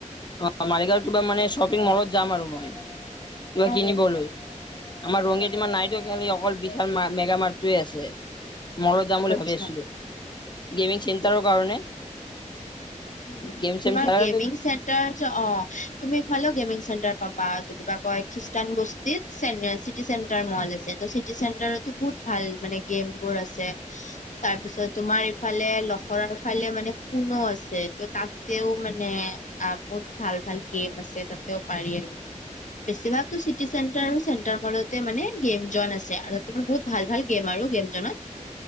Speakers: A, on the left; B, on the left.
A: অ মালিগাঁৱৰ কিবা মানে শ্বপিং মলত যাম আৰু মই। কিবা
B: অ
A: কিনিবলৈ আমাৰ ৰঙিয়াত
B: অ
A: ইমান নাইটো খালি অকল বিশাল মাৰ্গ মেগা মাৰ্গটোৱে আছে। ময়ো যাম
B: অ
A: বুলি
B: আচ্ছা
A: ভাবি আছিলোঁ গেমিং চেণ্টাৰৰ কাৰণে।
B: উম
A: গেম চেম
B: তোমাৰ
A: খেলা
B: গেমিং চেণ তাৰপিছত অ তুমিফালেও গেমিং চেণ্টাৰ পাবা কিবা কয় খ্ৰীষ্টান বস্তীত। চেণ্টাৰ চিটি চেণ্টাৰ মল আছে চিটি চেণ্টাৰটো বহুত ভাল মানে গেমবোৰ আছে। তাৰ পিছত তোমাৰ ইফালে লখৰাৰ ফালে মানে পুনো আছে। তাতেও মানে অ বহুত ভাল ভাল গেম আছে তাতেও পাৰি আৰু। বেছিভাগটো চিটি চেণ্টাৰ আৰু চেণ্টাৰ মলতে মানে গেম জন আছে আৰু ততে বহুত ভাল ভাল গেম আৰু গেম জনত।